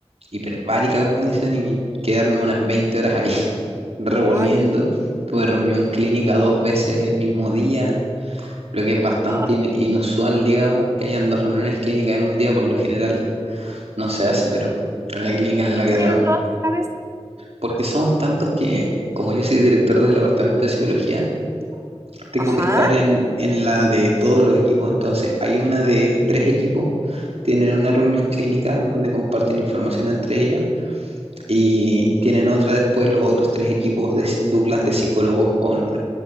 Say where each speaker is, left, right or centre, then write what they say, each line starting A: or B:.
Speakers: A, on the right (about 65°); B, on the right (about 25°).
A: hiperbárica, como dicen, y quedarme unas 20 horas ahí <laughs> reponiendo.
B: Ay, ya.
A: Tuve reunión clínica dos veces el mismo día. lo que es bastante
B: ay.
A: in- inusual, digamos, que hayan dos reuniones clínicas en un día, por lo general no se hace, pero en la clínica
B: ¿Y por
A: en
B: qué
A: la que
B: tuvieron
A: trabajo,
B: dos esta vez?
A: porque somos tantos que, como yo soy director del departamento de psicología, tengo
B: Ajá,
A: que estar en, en la de todos los equipos, entonces hay una de tres equipos, tienen una reunión clínica donde comparten información entre ellos Y tienen otra después los otros tres equipos de s- duplas de psicólogos con,